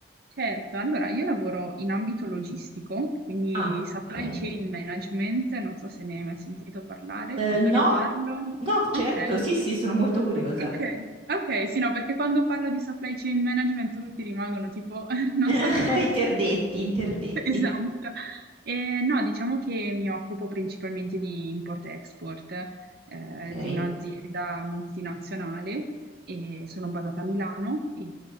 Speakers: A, on the right; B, on the right.
A: Certo, allora io lavoro in ambito logistico, quindi
B: Ah,
A: supply
B: ok.
A: chain management, non so se ne hai mai sentito parlare,
B: Eh,
A: quando
B: no,
A: ne parlo.
B: no, certo,
A: Ok.
B: sì, sì, sono molto curiosa.
A: Ok, ok, sì, no, perché quando parlo di supply chain management tutti rimangono tipo, <laughs> non
B: <laughs>
A: so che cosa
B: Interdetti,
A: sia.
B: interdetti.
A: <laughs> Esatto. Eh, no, diciamo che mi occupo principalmente di import-export, eh,
B: Ok.
A: di un'azienda multinazionale e sono basata a Milano e,